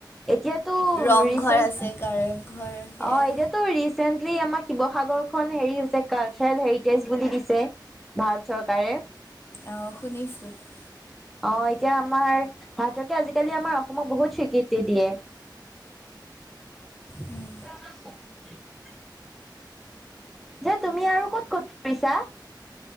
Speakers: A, in the centre; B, on the left.
A: এতিয়াতো
B: ৰংঘৰ
A: ৰিচেন্ট,
B: আছে
A: অ'এতিয়া
B: কাৰেংঘৰ সেয়াই
A: তোৰ ৰিচেন্টলি আমাৰ শিৱসাগৰখন হেৰি হৈছে, কালচাৰেল হেৰিটেজ বুলি দিছে। ভাৰত চৰকাৰে।
B: অঁ শুনিছোঁ
A: অহ। এতিয়া আমাৰ ভাৰত চৰকাৰে আজিকালি আমাৰ অসমক বহুত স্বীকৃতি দিয়ে।
B: উম।
A: <unintelligible> যে তুমি আৰু ক'ত ক'ত ফুৰিছা?